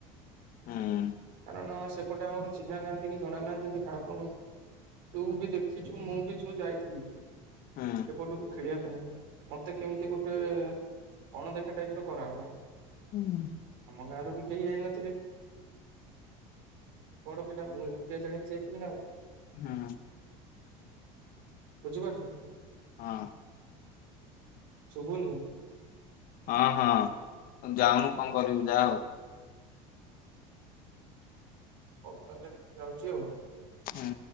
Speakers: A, on the right (about 75°); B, on the left (about 55°).
A: <inaudible>
B: ହୁଁ
A: କାରଣ ସ୍କୁ ସେପଟେ ଆମର ଚିହ୍ନା ନାହାନ୍ତି କି ଜଣା ନାହାନ୍ତି। ଯେ କାହାକୁ କଣ <inaudible> ତୁ ବି ଦେଖିଚୁ ମୁଁ ବି ଯୋଉ ଯାଇଥିଲି।
B: ହୁଁ।
A: ଏପଟକୁ ଖେଳିଆ ପା ଉ ମତେ କେମିତି ଗୋଟେ ଅଣଦେଖା ଟାଇପ ର କରାଗଲା।
B: ହୁଁ।
A: ଗାଁରୁ ବି କେହି ଯାଇନଥିଲେ। <inaudible> ପର ପିଲା ମୁଁ ଏକୁଟିଆ ଜାଣିକି ଯାଇଥିଲି ନା ଆଉ।
B: ହୁଁ।
A: ବୁଝି ପାରୁଚୁ।
B: ହଁ।
A: <inaudible> ସୁବୁନି <inaudible>
B: ହଁ ହଁ ଯାଉନୁ କଣ କରିବୁ ଯା ଆଉ।
A: ହୋଉ ତାହେଲେ ଯାଉଚି ଆଉ।
B: ହୁଁ।